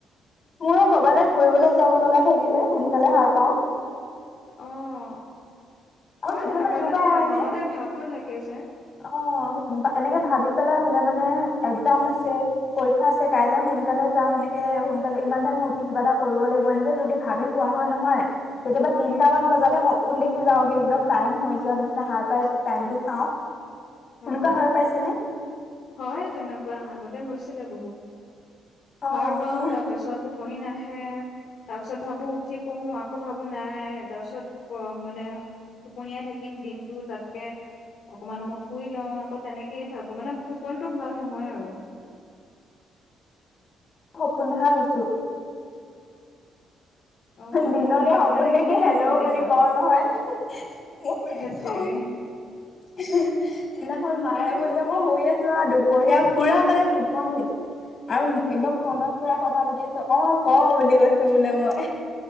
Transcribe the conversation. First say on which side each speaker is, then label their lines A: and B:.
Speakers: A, on the left; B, on the left.
A: মোৰো কৰবালৈ ফুৰিবলৈ যাব লগা থাকিলে সোনকালে সাৰ পাওঁ
B: আহ
A: আৰু
B: হয়
A: কেতিয়াবা
B: তেনেকুৱা
A: এনেকুৱা
B: মানে
A: হয় নে
B: মনতে ভাৱতটো থাকে যে
A: অ এনেকে ভাবি পেলাই হলে মানে একজাম আছে পৰীক্ষা আছে কাইলে সোনকালে যাম এনেকে সোনকালে ইমান টাইমত উঠি কিবা এটা কৰিব লাগিব এনেকে যদি ভাবি হোৱা হয় নহয় কেতিয়াবা তিনটা
B: উম
A: মান বজাতে হওক সপোন দেখি যাওগে একদম টাইম হৈ যোৱা নিচিনা খাৰ পাই টাইমটো চাওঁ
B: অ
A: এনেকুৱা হৈ পাইছেনে
B: হয় তেনেকুৱা আগতে হৈছিলে বহুত
A: অ',
B: সাৰ পাও
A: মোৰ
B: তাৰ পাছত টোপনি নাহে হে তাৰ পিছত ভাবো উঠি পঢ়ো আকৌ ভাবো নাই তাৰ পিছত মানে টোপনিয়াই থাকিম দিনতো তাতকে অকমান সময় শুই লওঁ আকৌ তেনেকেই থাকো মানে টোপনটো ভাল নহয় আৰু
A: সপোন দেখা হৈছো
B: অ
A: দিনতে
B: কি
A: সপোন
B: মানে
A: দেখি
B: কিহৰ
A: হেল্ল'
B: সপোন দেখা
A: বুলি কওঁ নহয় মোক
B: ধেত
A: একদম
B: তেৰি
A: সিদিনাখন মায়ে বোলে মই আছো হা দুপৰীয়া পুৰা মানে টোপনিত আৰু
B: উম
A: একদম ফোনত পুৰা কথা পাতি আছো অ ক বুলি কৈছো বোলে মই